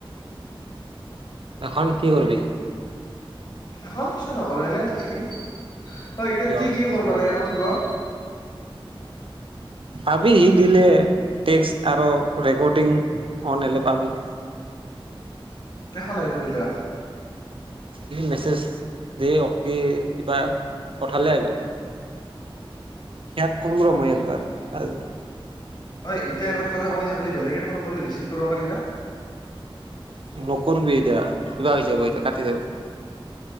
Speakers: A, on the right; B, on the left.
A: এখন কি কৰবি?
B: এখন পিছত নকৰো, এনে থাকিম। আ ইতাত
A: কিয়
B: কি কি কৰবা লাগে কথ ক?
A: পাবি সি দিলে, টেক্স আৰু ৰেকৰ্ডিং অন হলে পাবি।
B: দেখা নাই ফুৰিলা
A: এ মেছেজ, এ অকে কিবা পঠালে আহিব। ইয়াক কম ৰ মই একবাৰ, কা
B: হয় এতিয়া এপত কথা পাতি থাকিলি বেলেগে ফোন কৰিলি ৰিচিভ কৰিবা পাৰি না?
A: নকৰবি এতিয়া কিবা হৈ যাব এতিয়া, কাটি যাব।